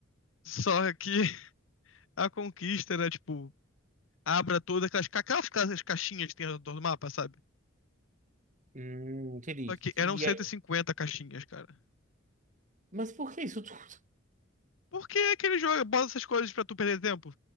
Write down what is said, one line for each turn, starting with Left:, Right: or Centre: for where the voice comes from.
Left: Só que <laughs> a conquista era, tipo, abra todas aquelas, ca- aquelas ca- as caixinhas que tem ao redor do mapa, sabe?
Right: hum, entendi.
Left: Só que eram
Right: E,
Left: cento e cinquenta caixinhas, cara.
Right: Mas por que isso tudo?
Left: Por que aquele jogo bota essas coisas pra tu perder tempo?